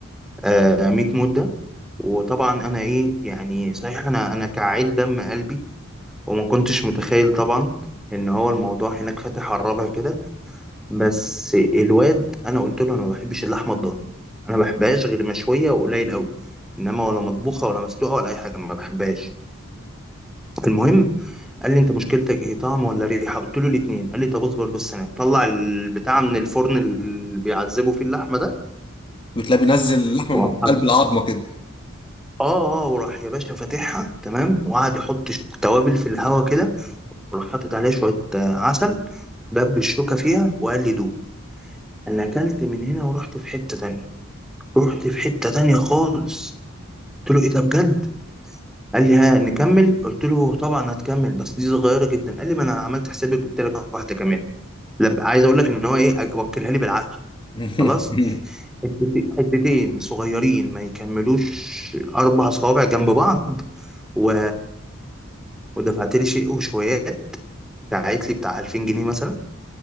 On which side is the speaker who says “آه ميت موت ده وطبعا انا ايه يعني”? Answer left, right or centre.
Centre